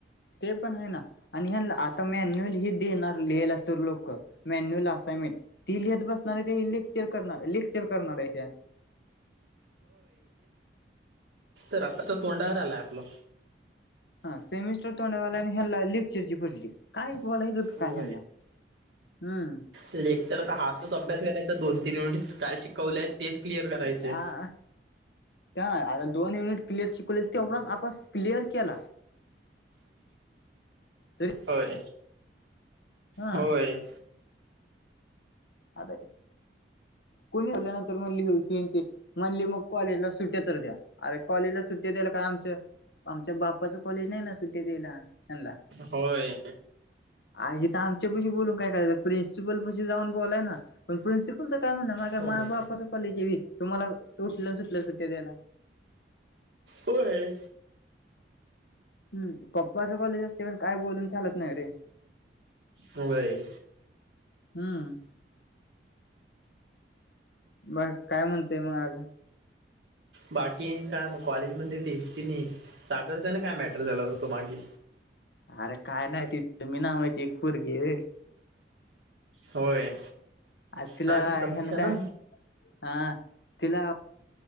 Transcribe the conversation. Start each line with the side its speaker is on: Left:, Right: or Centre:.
Left: ते पण आहे ना आणि ह्यान्ला आता मॅन्युअल ही देणार लिहाय ला सर लोक मॅन्युअल असा ती लिहत बसणार आहे, ते लेक्चर करणार, लेक्चर करणार आहे त्या
Right: स्तर आता त तोंडावर आलाय आपलं
Left: हं सेमिस्टर तोंडाव आला न ह्याला लेक्चरची पडली काय बोलायचं होत
Right: होय
Left: काय ह्यांना हम्म
Right: लेक्चर हातच अभ्यास करायचा दोन ति नि उलटीच काय शिकवले आहेत. तेच क्लिअर करायचे
Left: ह का आता दोन युनिट क्लिअर शिकवले तेवढाच आपस क्लिअर केला तरी
Right: होय,
Left: हा
Right: होय
Left: अे कुणी झाल्ल्यानंतर म्हणली, म्हणली मग कॉलेजला सुट्ट्या तर द्या अरे कॉलेजला सुट्ट्या द्याला का आमच्या आमच्या बाप्पाच कॉलेज नाही ना सुट्ट्या द्यायला ह्यांना
Right: होय
Left: आ तर आमच्या पशी बोलून काय करायच प्रिन्सिपल पशी जाऊन बोलाय ना पण प्रिन्सिपल काय म्हण
Right: होय
Left: मा बापाचं कॉलेज हाय होय तुम्हाला सुटलं सुटल्या सुट्ट्या द्यायला
Right: होय
Left: हूं पप्पाच कॉलेज असते, म्हणून काय बोलून चालत नाही रे
Right: होय
Left: हूं! बस काय म्हणतेय मग आजु
Right: बाकी काय म कॉलेज मदे ते चीनी सागर त्याने काय मॅटर झाला होता तो मागे
Left: अरे काय नाही ती टीमी नावाची एक पोरगी हे.
Right: होय!
Left: अचलानड
Right: हा ती समीक्षा ना
Left: हा <unintelligible> तिला